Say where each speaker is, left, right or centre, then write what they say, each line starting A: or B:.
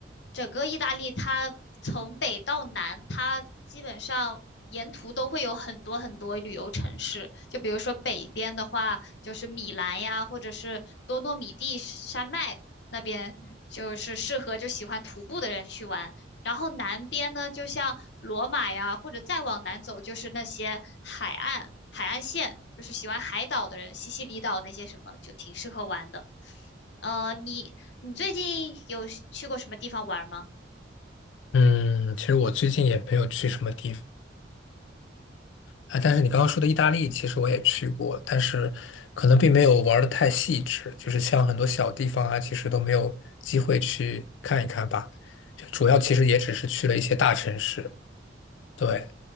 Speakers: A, on the left; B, on the left.
A: 整个意大利，它从北到南，它基本上沿途都会有很多很多旅游城市。就比如说北边的话，就是米兰呀，或者是多诺米蒂山脉那边，就是适合就喜欢徒步的人去玩。然后南边呢，就像罗马呀，或者再往南走，就是那些海岸、海岸线，就是喜欢海岛的人，西西里岛那些什么，就挺适合玩的。呃，你你最近有去过什么地方玩吗？
B: 嗯，其实我最近也没有去什么地方啊，但是你刚刚说的意大利，其实我也去过，但是可能并没有玩的太细致，就是像很多小地方啊，其实都没有机会去看一看吧。就主要其实也只是去了一些大城市，对。